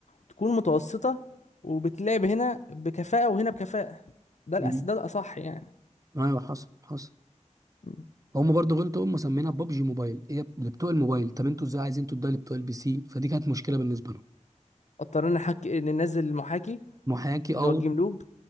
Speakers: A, on the left; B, on the right.
A: تكون متوسطة وبتلعب هنا بكفاءة وهنا بكفاءة ده الأس
B: امم
A: ده الأصح يعني
B: ايوه حصل حصل
A: مم.
B: هم برضو غلطوا هم مسمينها بابجي موبايل هي اللي بتوع الموبايل طب انتوا ازاي عايزين تدوها لبتوع البي سي فدي كانت مشكله بالنسبه لهم
A: اضطرينا نحكي ننزل المحاكي
B: محاكي
A: اللي
B: اه
A: هو الجيم لوب